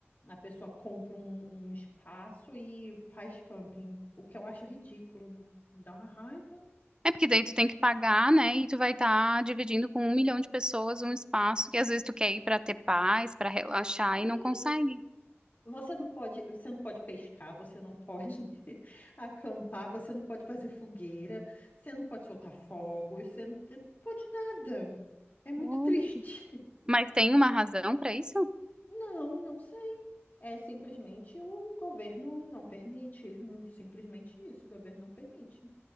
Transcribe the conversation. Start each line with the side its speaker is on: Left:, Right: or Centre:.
Left: a pessoa compra um, um espaço e faz camping, o que eu acho ridículo, me dá uma raiva.
Right: É porque daí tu tem que pagar, né? E tu vai estar dividindo com um milhão de pessoas um espaço que às vezes tu quer ir pra ter paz, pra relaxar e
Left: Sim.
Right: não consegue.
Left: Você não pode, você não pode pescar, você não pode <laughs> acampar, você não pode fazer fogueira, você não pode soltar fogos, você não, não pode nada. É muito
Right: Olha.
Left: triste. <laughs>
Right: Mas tem uma razão pra isso?
Left: Não, não sei. É simplesmente o governo não permite. hum, Simplesmente isso, o governo não permite.